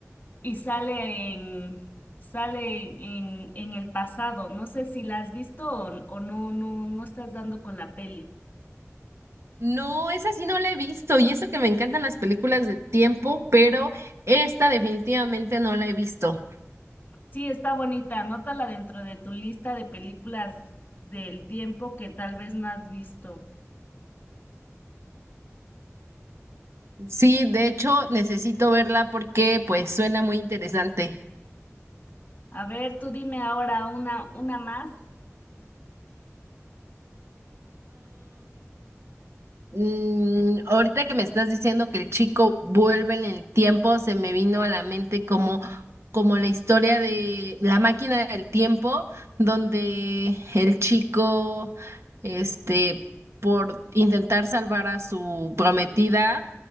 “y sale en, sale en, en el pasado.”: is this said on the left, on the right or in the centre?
Left